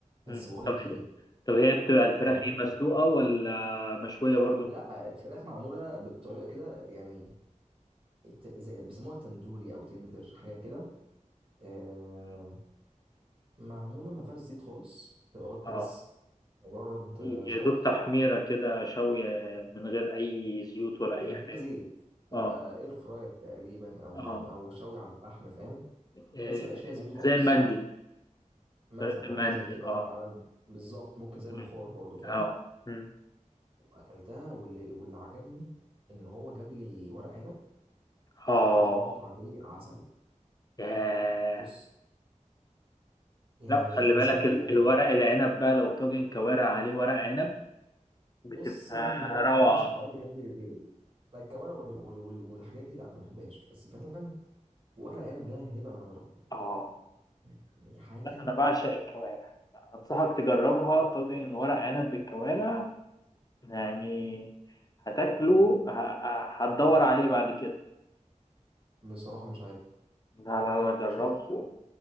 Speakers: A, on the right (about 45°); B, on the left (about 30°).
A: بس
B: مم.
A: بقول
B: طب
A: لك
B: هي
A: ايه
B: طب هي بتبقى الفراخ
A: موضوع
B: ايه
A: كبير
B: مسلوقة ولا مشوية برضو
A: لا الفراخ معموله بطريقه كده يعني ت- زي بيسموها تندوري او تندر حاجه كده آه
B: مم.
A: معموله ما فيهاش زيت خالص تبقى واخده
B: اه
A: بس مجرد
B: يا
A: آه، شوي
B: دوب تحميرة كده شوية من غير أي زيوت ولا
A: من
B: أي
A: غير
B: حاجة
A: زيت تبقى
B: اه
A: اير فراير تقريبا او مع
B: اه
A: او شوي على الفحم فاهم
B: إيه،
A: بحيث ما يبقاش فيها زيوت خالص
B: زي المندي
A: مثلا
B: طريقة المندي
A: حاجه زي كده
B: اه
A: على بالظبط ممكن زي
B: مم.
A: البخار برضو فاهم
B: اه مم.
A: واكلتها واللي واللي عجبني ان هو جاب لي ورق عنب
B: اه
A: كان برضو عليه عسل
B: ياه.
A: بص يعني
B: لا وخلي
A: انسى
B: بالك
A: ورق
B: ال-
A: عنب
B: الورق العنب بقى لو طاجن كوارع عليه ورق عنب بتبقى
A: بص انا لما بكره
B: روعة
A: شفاعتي قد لا الكوارع وال- وال- وال- والحاجات دي لا ما بحبهاش بس فعلا ورق عنب ده هبه من عند ربنا
B: اه
A: يعني حاجه
B: لا انا بعشق الكوارع انصحك تجربها طاجن ورق عنب بالكوارع يعني هتاكله ه- ه- هتدور عليه بعد كده
A: بصراحه مش عارف
B: لا لا لا جربه
A: مش عارف